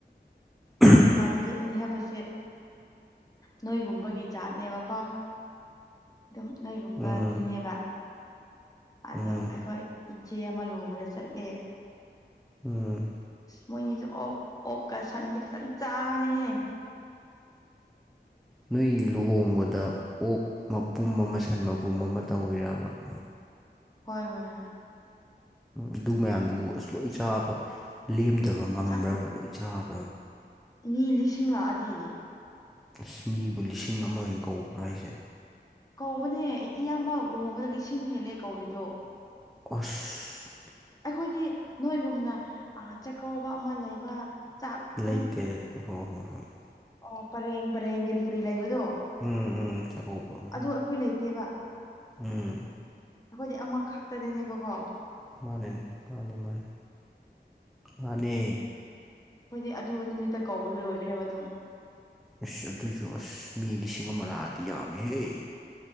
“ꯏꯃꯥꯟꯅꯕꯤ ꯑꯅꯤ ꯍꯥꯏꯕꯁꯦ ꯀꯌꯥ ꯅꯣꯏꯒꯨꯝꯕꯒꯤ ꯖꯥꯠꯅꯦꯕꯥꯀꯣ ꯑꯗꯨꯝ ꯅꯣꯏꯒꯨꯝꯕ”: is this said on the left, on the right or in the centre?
Left